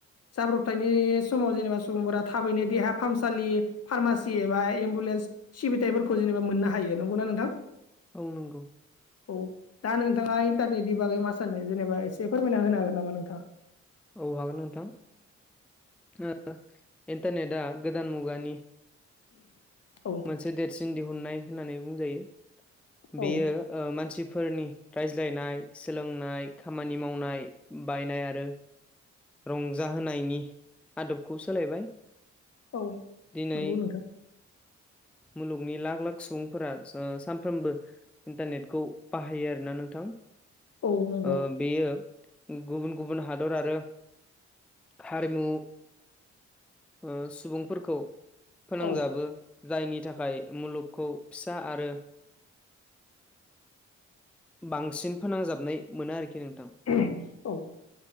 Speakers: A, on the left (about 55°); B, in the centre.
A: जाब्रबथायनि समाव जेनेबा सुबुंफोरा थाबैनो देहा फाहामसालि फार्मासि एबा एम्बुलेन्स सिबिथायफोरखौ जेनेबा मोननो हायो नंगौना नोंथां?
B: औ नंगौ।
A: औ दा नोंथाङा इन्टारनेटनि बागै मा सानो जेनेबा एसे फोरमायना होनो हागोन नामा नोंथाङा?
B: औ हागोन नोंथां ओ इन्टारनेटआ गोदान मुगानि
A: औ
B: से देरसिन दिहुननाय होननानै बुंजायो बेयो
A: औ
B: ओ मानसिफोरनि रायज्लायनाय सोलोंनाय खामानि मावनाय बायनाय आरो रंजाहोनायनि आदबखौ सोलायबाय।
A: औ
B: दिनै
A: नंगौ नोंथां।
B: मुलुगनि लाख लाख सुबुंफोरा सा सामफ्रोमबो इन्टारनेटखौ बाहायो आरो ना नोंथां
A: औ नंगौ
B: ओ बेयो उम गुबुन गुबुन हादर आरो हारिमु ओ सुबुंफोरखौ फोनांजाबो
A: औ
B: जायनि थाखाय मुलुगखौ फिसा आरो बांसिन फोनांजाबनाय मोनो आरोखि नोंथां।
A: <unintelligible>